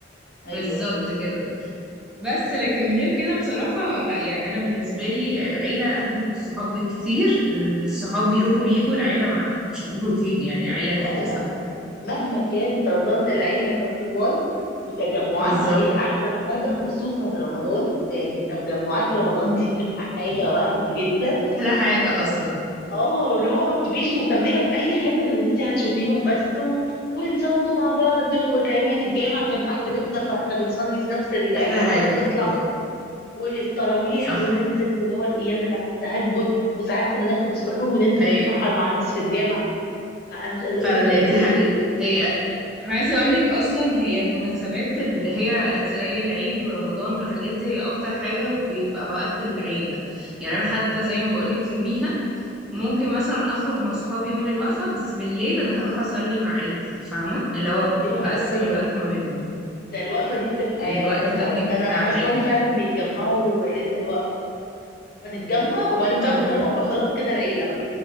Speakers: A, in the centre; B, on the left (about 55°).
A: بالظبط
B: أيوه
A: كده بس لكن غير كده بصراحه لا يعني انا بالنسبه لي العيله اهم بالصحاب بكتير الصحاب بيروحوا ويجوا العيله ما مش هتروح وتيجي يعني العيله دي
B: اه
A: حاجه
B: لا
A: ثابته
B: يعني مهما كان تظل العيلة نمبر وان وتجمعاتها
A: بالظبط
B: هي أحسن حاجة خصوصا رمضان يعني تجمعات رمضان دي بتبقى حاجة وهم جدا
A: احلى حاجه اصلا
B: اه اللي هو ما بتبقيش مهتمية بأي حاجة غير ان انت هتشوفيهم بس و... ونصلوا مع بعض وكمان الجامع كان تحت بيتنا فاحنا بنصلي في نفس ال- العمارة
A: احلى حاجه
B: ونطلع
A: بصراحه
B: والتراويح
A: صح
B: وننزل اللي هو الأيام بتاعة التهجد وساعات كنا ناخد السحور وننزل
A: ايوه
B: نتسحر مع الناس في الجامع فأنا مش قادرة
A: فعلا
B: أقول لك
A: هي
B: قد
A: دي
B: إيه
A: حقيقة هي انا عايزة اقول لك اصلا هي المناسبات اللي هي زي العيد ورمضان والحاجات دي هي اكتر حاجة بيبقى وقت العيلة يعني انا حتى زي ما بقول لك يوميها ممكن مثلا اخرج مع صحابي يوم الوقفة بس بالليل انا هروح اصلي مع عيلتي فاهمة اللي هو
B: أيوه
A: بقسم
B: حرفيا
A: الوقت ما بينهم
B: ده الوقفة دي بتبقى
A: الوقت
B: يعني دمار
A: ده بيبقى
B: أنا
A: بتاع
B: أنا
A: العيلة
B: أصحابي فعلا بيتجمعوا ليلة الوقفة فنتجمع وبعدين بعد
A: طب
B: ما
A: وب...
B: نروح بقى خلاص كده العيله بقى